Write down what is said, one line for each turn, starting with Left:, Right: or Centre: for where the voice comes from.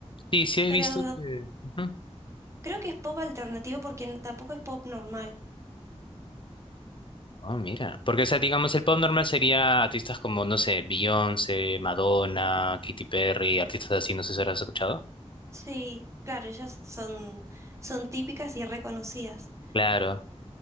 Left: sí, sí he
Right: Pero
Left: visto que... ujú.
Right: creo que es pop alternativo porque no- tampoco es pop normal.
Left: Oh, mira. Porque, o sea, digamos, el pop normal sería artistas como, no sé, Beyoncé, Madonna, Katy Perry, artistas así, no sé si habrás escuchado.
Right: Sí, claro, ellas son, son típicas y reconocidas.
Left: Claro.